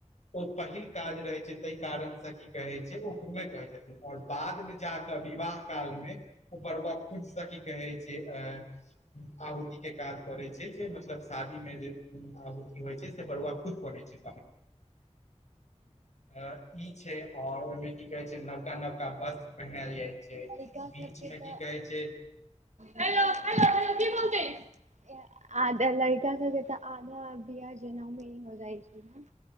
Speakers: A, on the left; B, on the right.
A: ओ पहिल काज रहै छै त कारण से की कहै छै ओ घुमै कहै छथिन आओर बाद मे जाकऽ विवाह काल मे ओ बरुआ खुदसे की कहै छै एं आहुुति के काज करै छै जे मतलब शादी मे जे आहुुति होइ छै त बरुआ खुद करै छै आ ई छै और ओय मे की कहय छै नवका नवका वस्त्र पहिरायल जाइ छै
B: लड़ा सब
A: बीच
B: त
A: मे की कहै छै
B: ह ह हो की बोलते <unintelligible> आधा लड़का सबके तऽ आधा बिआह जनेउ मे ही हो जाइ छै ने।